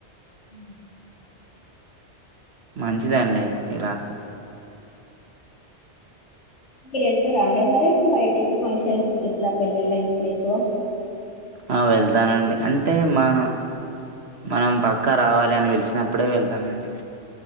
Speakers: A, on the left; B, on the right.
A: ఉ
B: మంచిదండి ఇలా
A: మీరు వెళ్తారా అండి మరి బయటకి ఫంక్షన్లకి గిట్ల పెళ్ళిళ్ళకి గిట్ల ఎక్కువ
B: ఆ వెళ్తానండి అంటే మన మనం పక్క
A: నేను
B: రావాలి అని పిలిసినప్పుడే వెళ్తానండి